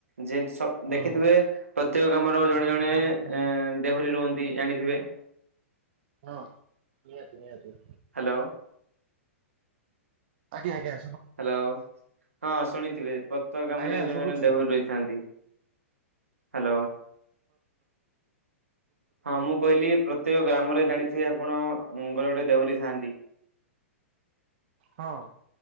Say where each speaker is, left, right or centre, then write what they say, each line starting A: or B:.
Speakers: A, on the right (about 70°); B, on the right (about 45°).
A: ଯେ ଶ୍
B: ହଁ
A: ଦେଖିଥିବେ ପ୍ରତ୍ୟେକ ଗାମର
B: ନିହାତି
A: ଜଣେ
B: ନିହାତି
A: ଜଣେ
B: ଆଜ୍ଞା
A: ଦେହୁରୀ ରୁହ ଛନ୍ତୀ ଜାଣିଥିବେ।
B: ହଁ ନିହାତି ନିହାତି।
A: ହ୍ୟାଲୋ।
B: ଆଜ୍ଞା ଆଜ୍ଞା।
A: ହ୍ୟାଲୋ ହଁ ଶୁଣିଥିବେ। ପ୍ରତେକ ଗାମରେ
B: ଆଜ୍ଞା
A: ଜଣେ
B: ଶୁଭୁଛି
A: ଜଣେ ଦେହରୁୀ ରହିଥାନ୍ତି ହ୍ୟାଲୋ। ହଁ ମୁଁ କହିଲି ପ୍ର ପ୍ରତ୍ୟେକ ଗ୍ରାମରେ ଜାଣିଥିବେ ଆପଣଙ୍କର ଗୋଟେ ଦେହୁରୀ ଥାଆନ୍ତି।
B: ହଁ।